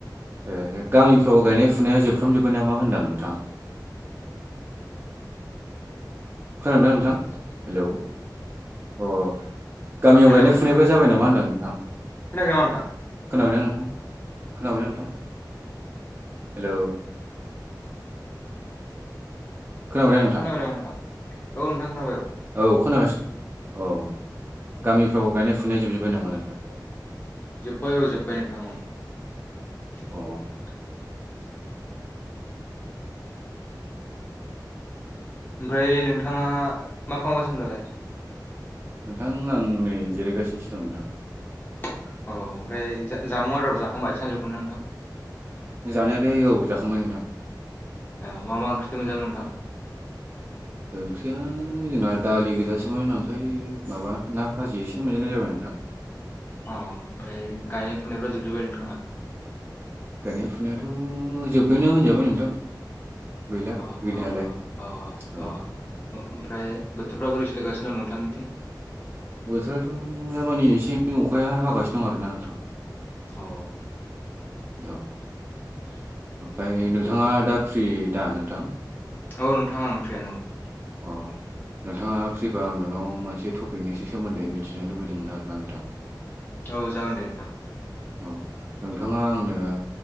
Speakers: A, on the right; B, on the left.
A: ए गामिफ्राव गायनाय फुनाया जोबफ्राम जोब्बाय नामा होनदां नोंथां खोनादोंना नोंथां हेलौ अ गामियाव
B: हेल'
A: गायनाय फुनायफ्रा जाबाय नामा होनदों आं नोंथां
B: खोनायाखै नामा नोंथां
A: खोनाबायना नोंथां खोनाबायना नोंथां हेलौ खोनाबायना?
B: खोनाबायना नोंथां औ नोंथां खोनाबाय औ
A: औ खोनागासिनो औ गामिफ्राव गायनाय फुनाय जोबजोब्बाय नामा नोंथां
B: जोब्बाय औ जोब्बाय नोंथां औ <inaudible>
A: अ
B: ओमफ्राय नोंथाङा मा खालामगासिनो दालाय?
A: नोंथां आं नै जिरायगासिसो दं नोंथां
B: अ ओमफ्राय जामुं आदार जाखांबाय सानजुफुनि नोंथां
A: जानायालाय औ जाखांबाय नोंथां
B: औ मा मा ओंख्रिथो मोनजाखो नोंथां
A: ओंख्रिया जोंना दालि गोजासोमोन ओमफ्राय माबा ना भाजि एसे मोनजानाय जाबाय नोंथां
B: अ ओमफ्राय गायनाय फुनायफ्रा जोबजोब्बाय नोंथांना?
A: गायनाय फुनायाथ' जोब्बायना होनजाबाय नोंथां गैला
B: अ-अ-अ-अ
A: गैनायालाय औ
B: ओमफ्राय बोथोरफ्रा बोरै सोलिगासिनो दं नोंथांनिथिं
A: बोथोराथ' दा मानि एसे एनै अखाया हागासिनो दं आरोना नोंथां
B: अ
A: औ
B: <inaudible>
A: ओमफ्राय नोंथाङा दा फ्रि दा नोंथां
B: औ नोंथां आं फ्रियानो औ
A: अ नोंथाङा फ्रिबा आं नोंनाव मोनसे टपिकनिसो सोमोन्दै मिथिनो लुबैदोंमोन आरोना नोंथां
B: औ जागोन दे नोंथां
A: औ नोंथाङा आंनो